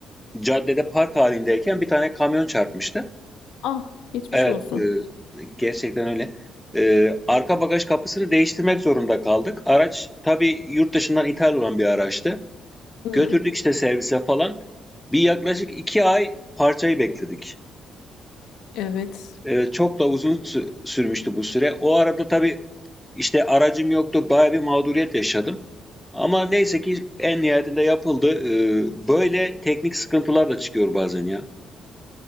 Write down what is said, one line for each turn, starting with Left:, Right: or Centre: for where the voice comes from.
Centre: caddede park halindeyken bir tane kamyon çarpmıştı.
Left: Ah, geçmiş
Centre: Evet,
Left: olsun.
Centre: e, gerçekten öyle. Ee, arka bagaj kapısını değiştirmek zorunda kaldık. Araç tabii yurt dışından ithal olan bir araçtı.
Left: Hmm,
Centre: Götürdük işte servise falan. Bir yaklaşık 2 ay parçayı bekledik.
Left: evet.
Centre: Ee, çok da uzun sü- sürmüştü bu süre. O arada tabii İşte aracım yoktu. Bayağı bir mağduriyet yaşadım. Ama neyse ki en nihayetinde yapıldı. Ee, Böyle teknik sıkıntılar da çıkıyor bazen ya.